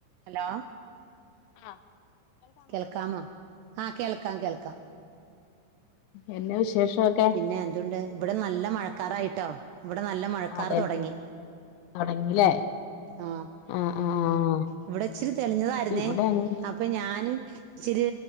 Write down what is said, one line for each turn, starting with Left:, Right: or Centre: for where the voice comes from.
Right: Hello
Left: ആ
Right: കേൾക്കാമോ ആ കേൾക്കാം കേൾക്കാം.
Left: എന്നെ വിശേഷമൊക്കെ
Right: പിന്നെ എന്തുണ്ട് ഇവിടെ നല്ല മഴക്കാറായിട്ടോ ഇവിടെ നല്ല മഴക്കാർ
Left: അതെ
Right: തുടങ്ങി
Left: തൊടങ്ങില്ലേ
Right: ആ
Left: ആഹ് ആഹ് ആഹ്
Right: ഇവിടെ ഇച്ചിരി തെളിഞ്ഞതായിരുന്നേ
Left: ഇവിടെ അങ്ങ്
Right: അപ്പൊ ഞാന് ഇച്ചിരി